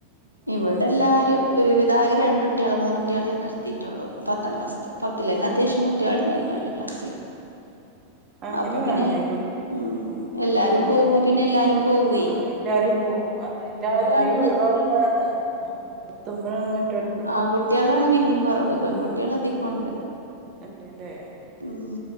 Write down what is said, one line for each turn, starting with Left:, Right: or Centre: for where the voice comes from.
Left: ഇവിടെ എല്ലാരും ഒരു വിതാക രണ്ട് കുട്ടിയാള് മൂന്ന് കുട്ടിയാളെ നിർത്തിയിട്ടുള്ളു പത്താം ക്ലാസ്ത്തെ
Right: ആ,
Left: പത്തിലെന്നെ അത്യാവശ്യം കുട്ടികള് ഉണ്ടായിരുന്നു ഓലെ ക്ലാസ്സില്
Right: ഉം അങ്ങനെ
Left: അപ്പൊ
Right: വേണേ
Left: പിന്നെ എല്ലാ
Right: കുട്ട്യാള്
Left: ഉം എല്ലാരും
Right: പോണത്
Left: പോകുമ്പോ പിന്നെ എല്ലാരും പോവേ
Right: ആ എല്ലാരും പോവ അതെ എല്ലാരും
Left: ഉം ഒരാള്
Right: ഇങ്ങനെ ഒഴിവാകുമ്പോഴാണ്
Left: നിർത്തി
Right: ആ നിർത്തുമ്പോഴാണ് മറ്റോര്
Left: ആകുട്ടിയാളാണ് പിന്നെയും കുറവ് പെ ൺകുട്ട്യാള് എത്തിക്കൊണ്ട്
Right: ഉണ്ട്ല്ലേ
Left: ഉം